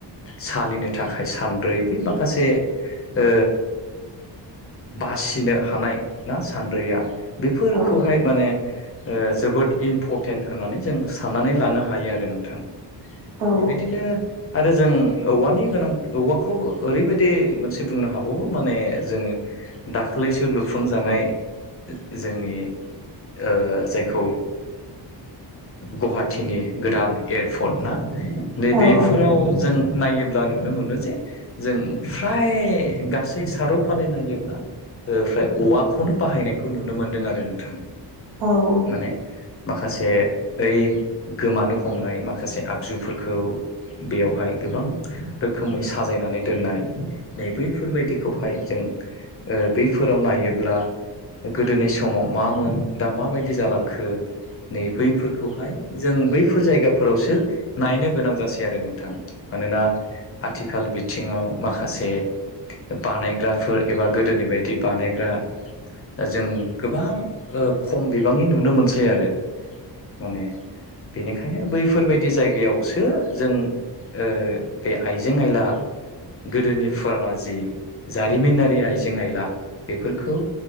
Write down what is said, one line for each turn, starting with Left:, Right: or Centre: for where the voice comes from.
Left: सालिनो थाखाय सान्द्रै बि माखासे ओ बासिनो हानाय ना सान्द्रिया बेफोरखौहाय
Right: औ
Left: माने ओ जोबोद इम्परटेन्ट होननानै जों सा साननानै लानो हायो आरो नोंथां
Right: औ
Left: बेबायदिनो आरो जों औवानि गोनां औवाखौ ओरैबायदि मोनसे बुंनो हाबावो माने जोङो दाख्लैसो लुफुंजानाय जोंनि ओ जायखौ ओ गुवाहाटिनि गोदान एयारपर्ट ना नैबेफोराव
Right: औ
Left: जों नायोब्ला नुनो मोनो जे जों फ्राय गासै सारौ फालि नायोब्ला ओमफ्राय औवाखौनो बाहायनायखौ नुनो मोनदों आरो नोंथां
Right: औ
Left: माने माखासे ओइ गोमानो हमनाय माखासे आगजुफोरखौ बेयावहाय गोबां रोखोमै साजायनानै दोननाय नै बैफोरबायदिखौहाय जों ओ बैफोराव नायोब्ला गोदोनि समाव मामोन दा माबायदि जालांखो नैबै फोरखौहाय जों बैफोर जायगाफोरावसो नायनो गोनां जासै आरो नोंथां मानोना आथिखाल बिथिङाव माखासे बानायग्राफोर एबा गोदोनि बायदि बानायग्रा दा जों गोबां ओ खम बिबांनि नुनो मोनसै आरो माने बेनिखायनो बैफोरबायदि जायगायावसो जों ओ बे आइजें आयला गोदोनि फुराना जि जारिमिनारि आइजें आयला बेफोरखौ